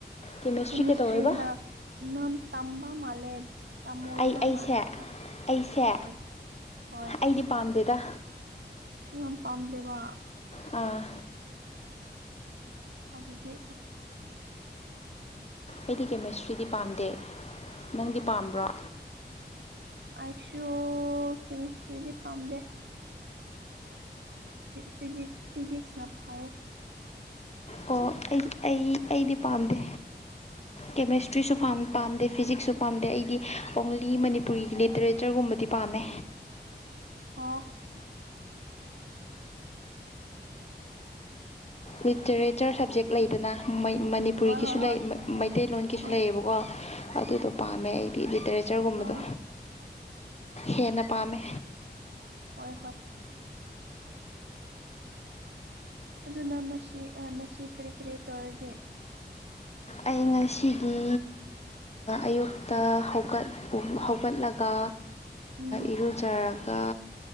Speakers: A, on the left; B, on the right.
A: ꯀꯦꯃꯦꯁꯇ꯭ꯔꯤ
B: ꯀꯦꯃꯤꯁꯇꯔꯤꯅ
A: ꯀꯩꯗꯧꯋꯦꯕ
B: ꯅꯥꯟ ꯇꯝꯕ ꯃꯥꯂꯦ ꯇ ꯃꯣꯏꯔꯤꯕ
A: ꯑꯩ ꯑꯩꯁꯦ
B: ꯃꯜꯦ ꯆ
A: ꯑꯩꯁꯦ
B: ꯍ ꯍ
A: ꯑꯩꯗꯤ ꯄꯥꯝꯗꯦꯗ
B: ꯎ ꯌꯥꯝ ꯄꯥꯝꯗꯦꯕ
A: ꯑꯥ
B: ꯑꯗꯨꯗꯤ
A: ꯑꯩꯗꯤ ꯀꯦꯃꯦꯁꯇ꯭ꯔꯤꯗꯤ ꯄꯥꯝꯗꯦ ꯅꯪꯗꯤ ꯄꯥꯝꯕ꯭ꯔꯣ
B: ꯑꯥꯏꯁꯨꯣ ꯀꯦꯃꯤꯁꯇ꯭ꯔꯤꯗꯤ ꯄꯥꯝꯗꯦ ꯐꯁ ꯐꯤꯖꯤꯛꯁꯅ ꯐꯥꯏ
A: ꯑꯣ ꯑꯩ ꯑꯩ ꯑꯩꯗꯤ ꯄꯥꯝꯗꯦ ꯀꯦꯃꯦꯁꯇ꯭ꯔꯤꯁꯨ ꯄꯥꯝꯗꯦ ꯐꯤꯖꯤꯛꯁꯁꯨ ꯄꯥꯝꯗꯦ ꯑꯩꯗꯤ ꯑꯣꯡꯂꯤ ꯃꯅꯤꯄꯨꯒꯤ ꯂꯤꯇꯔꯦꯆꯔꯒꯨꯝꯕ ꯝꯕꯗꯤ ꯄꯥꯝꯃꯦ
B: ꯑꯣ
A: ꯂꯤꯇꯔꯦꯆꯔ ꯁꯕꯖꯦꯛ ꯂꯩꯗꯅꯩ ꯃꯅꯤꯄꯨꯔꯤꯒꯤꯁꯨ
B: ꯍꯣꯏ ꯍꯣꯏ ꯍꯣꯏ
A: ꯂꯩ ꯃꯩꯇꯩꯂꯣꯟꯒꯤꯁꯨ
B: ꯍꯣꯏ
A: ꯂꯩꯌꯦꯕꯀꯣ ꯑꯗꯨꯗꯣ
B: ꯍꯣꯏ
A: ꯄꯥꯝꯃꯦ ꯑꯩ ꯗꯤ ꯂꯤꯇꯔꯦꯆꯔꯒꯨꯝꯕꯗꯣ
B: ꯑꯥ
A: ꯍꯦꯟꯅ ꯄꯥꯝꯃꯦ
B: ꯍꯣꯏ ꯍꯣꯏ ꯑꯗꯨꯅ ꯉꯁꯤ ꯉꯁꯤ ꯀꯔꯤ ꯀꯔꯤ ꯇꯧꯔꯒꯦ
A: ꯑꯩ ꯉꯁꯤꯗꯤ ꯑꯌꯨꯛꯇ ꯍꯧꯠ ꯍꯧꯒꯠꯂꯒ
B: ꯎꯝ
A: ꯏꯔꯨꯖꯔꯒ